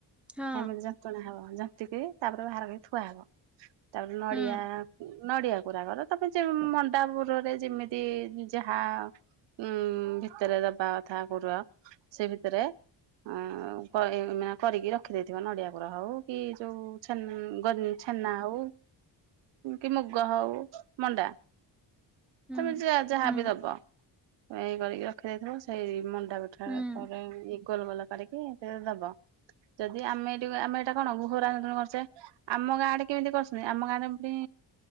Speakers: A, in the centre; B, on the right.
A: ହଁ
B: ଏମତି ଯନ୍ତ୍ରଣା ହବ। ଯାନ୍ତିକି ତାପରେ ବାହାର କରି ଥୁଆ ହବ। ତାପରେ ନଡିଆ
A: ହୁଁ
B: ନଡିଆ। ପୁରା କର ତମେ ମଣ୍ଡାପୁରରେ ଯେମିତି ଯାହା। ଉଁ ଭିତରେ ଦବା କଥା ପୁର ସେ ଭିତରେ ଅଁ- ମାନେ କରିକି ରଖିଦେଇ ଥିବା ନଡିଆ କରା ହଉ କି ଯୋଉ ଛେ ଛେନା ହଉ। କି ମୁଗ ହଉ ମଣ୍ଡା।
A: ହୁଁ
B: ତମେ ଯା ଯାହାବିି
A: ହୁଁ
B: ଦବ ଏଇ କରିକି ରଖିଦେଇଥିବ ସେଇ ମ ଡ଼ା ପଠା
A: ହୁଁ
B: ଇଏ ଗୋଲ ଗୋଲ କରିକି ସେଥିରେ ଦବ। ଯଦି ଆମେ ଏଇଠି ଆମେ ଏଇଟା କଣ ଗୋହର ରେ କରିଛେ। ଆମ ଗାଁଡେ କେମିତି କରୁଛନ୍ତି। ଆମ ଗାଁରେ ପୁଣି।